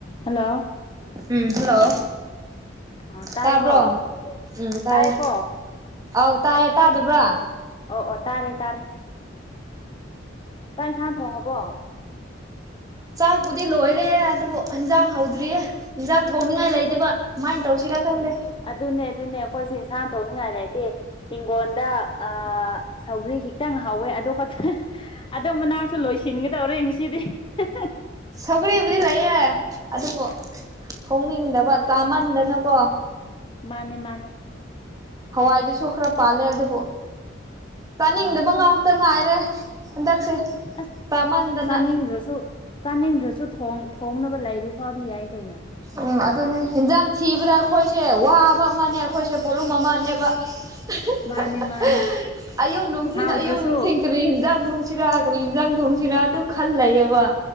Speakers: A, on the left (about 25°); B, on the right (about 20°).
A: hello
B: um hello
A: ꯑꯣ ꯇꯥꯏꯀꯣ
B: ꯇꯥꯕ꯭ꯔꯣ ꯎꯝ ꯇꯥꯔꯦ
A: ꯇꯥꯏꯀꯣ
B: ꯑꯧ ꯇꯥꯏꯌꯦ ꯇꯥꯗꯕ꯭ꯔ
A: ꯑꯣ ꯑꯣ ꯇꯥꯔꯦ ꯇꯥꯔꯦ ꯆꯥꯛ ꯏꯟꯁꯥꯡ ꯊꯣꯡꯉꯕꯣ
B: ꯆꯥꯛꯄꯨꯗꯤ ꯂꯣꯏꯔꯦ ꯑꯗꯨꯕꯨ ꯍꯤꯟꯖꯥꯡ ꯍꯧꯗ꯭ꯔꯤꯌꯦ ꯍꯤꯟꯖꯥꯡ ꯊꯣꯡꯅꯤꯡꯉꯥꯏ ꯂꯩꯇꯕ ꯀꯃꯥꯏꯟ ꯇꯧꯁꯤꯔꯥ ꯈꯪꯗꯦ
A: ꯑꯣ ꯑꯗꯨꯅꯦ ꯑꯗꯨꯅꯦ ꯑꯩꯈꯣꯏꯁꯦ ꯏꯟꯁꯥꯡ ꯊꯣꯛꯅꯤꯡꯉꯥꯏ ꯂꯩꯇꯦ ꯍꯤꯡꯒꯣꯟꯗ ꯑꯥ ꯁꯧꯒ꯭ꯔꯤ ꯈꯤꯛꯇꯪ ꯍꯧꯋꯦ ꯑꯗꯨ ꯈꯛꯇꯪ ꯑꯗꯣ ꯃꯅꯥꯁꯨ ꯂꯣꯏꯁꯤꯟꯒꯗꯧꯔꯦ ꯉꯁꯤꯗꯤ ꯍꯦꯍꯦ
B: ꯁꯧꯒ꯭ꯔꯤꯕꯨꯗꯤ ꯂꯩꯌꯦ ꯑꯗꯨꯕꯨ ꯊꯣꯡꯅꯤꯡꯗꯕ ꯆꯥꯃꯟꯗꯅꯀꯣ
A: ꯃꯥꯅꯦ ꯃꯥꯅꯦ
B: ꯍꯋꯥꯏꯗꯨꯁꯨ ꯈꯔ ꯄꯥꯜꯂꯦ ꯑꯗꯨꯕꯨ ꯆꯥꯅꯤꯡꯗꯕ
A: ꯑꯣ
B: ꯉꯥꯛꯇ ꯉꯥꯏꯔꯦ ꯍꯟꯗꯛꯁꯦ
A: ꯑꯁ
B: ꯆꯥꯃꯟꯗꯅ
A: ꯆꯥꯅꯤꯡꯗ꯭ꯔꯁꯨ ꯆꯥꯅꯤꯡꯗ꯭ꯔꯁꯨ ꯊꯣꯡ ꯊꯣꯡꯅꯕ ꯂꯩꯔꯤ ꯋꯥꯗꯤ ꯌꯥꯏ ꯀꯩꯅꯣ
B: ꯎꯝ ꯑꯗꯨꯅꯦ ꯍꯤꯟꯖꯥꯡ ꯊꯤꯕꯗ ꯑꯈꯣꯏꯁꯦ ꯋꯥꯕ ꯑꯃꯅꯦ ꯑꯈꯣꯏꯁꯦ ꯄꯣꯂꯨꯝ ꯑꯃꯅꯦꯕ <unintelligible>
A: ꯃꯥꯅꯦ ꯃꯥꯅꯦ
B: ꯑꯌꯨꯛ ꯅꯨꯡꯊꯤꯟ
A: ꯍꯥꯎꯗ꯭ꯔꯁꯨ
B: ꯑꯌꯨꯛ ꯅꯨꯡꯊꯤꯟ ꯀꯔꯤ ꯍꯤꯟꯖꯥꯡ ꯊꯣꯡ ꯁꯤꯔꯥ ꯀꯔꯤ ꯍꯤꯟꯖꯥꯡ ꯊꯣꯡꯁꯤꯔꯥ ꯑꯗꯨꯝ ꯈꯜꯂꯩꯌꯦꯕ